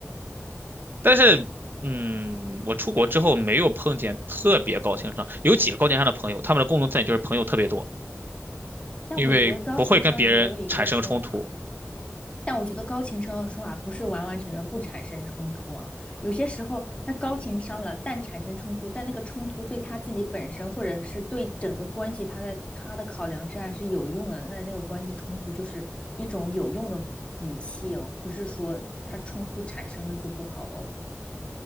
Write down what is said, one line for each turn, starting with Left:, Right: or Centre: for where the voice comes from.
Right: 但是，嗯，我出国之后没有碰见特别高情商，有几个高情商的朋友，他们的共同特点就是朋友特别多，
Left: 但我觉得高情商也有一个说法，
Right: 因为不会跟别人产生冲突。
Left: 但我觉得高情商的说法不是完完全全不产生冲突啊。有些时候他高情商了，但产生冲突，但那个冲突对他自己本身或者是对整个关系，他在他的考量之下是有用的。那那个关系冲突就是一种有用的武器哦，不是说他冲突产生了就不好哦。